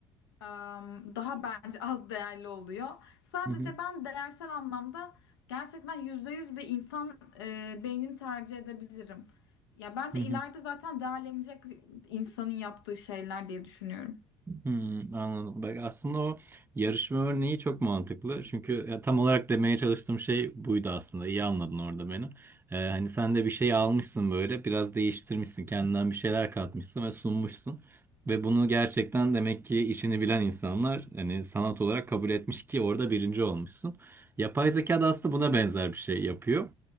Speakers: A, on the left (about 80°); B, on the right (about 15°).
A: em, daha bence az değerli oluyor. Sadece
B: Hı hı.
A: ben değersel anlamda gerçekten %100 bir insan e, beynini tercih edebilirim. Ya bence
B: Hı hı.
A: ileride zaten değerlenecek insanın yaptığı şeyler diye düşünüyorum.
B: Hmm, anladım. Bak aslında o yarışma örneği çok mantıklı. Çünkü ya, tam olarak demeye çalıştığım şey buydu aslında. İyi anladın orada beni. Ee, hani sen de bir şey almışsın böyle, biraz değiştirmişsin, kendinden bir şeyler katmışsın ve sunmuşsun. Ve bunu gerçekten demek ki işini bilen insanlar hani sanat olarak kabul etmiş ki orada birinci olmuşsun. Yapay zeka da aslında buna benzer bir şey yapıyor.